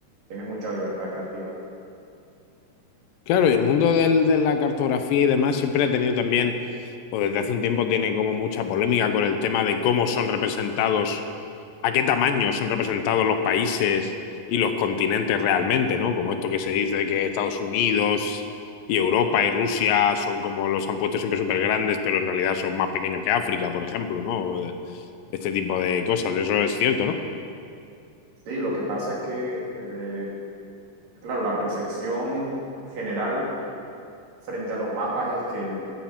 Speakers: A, on the right; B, on the left.
A: Tienes mucha libertad creativa.
B: Claro, y el mundo del- de la cartografía y demás siempre ha tenido también, o desde hace un tiempo tiene como mucha polémica con el tema de cómo son representados, a qué tamaño son representados los países y los continentes realmente, ¿no? Como esto que se dice de que Estados Unidos y Europa y Rusia son como los han puesto siempre súper grandes, pero en realidad son más pequeños que África, por ejemplo, ¿no? O de- Este tipo de cosas, eso es cierto, ¿no?
A: Sí, lo que pasa es que, eh, claro, la percepción general frente a los mapas es que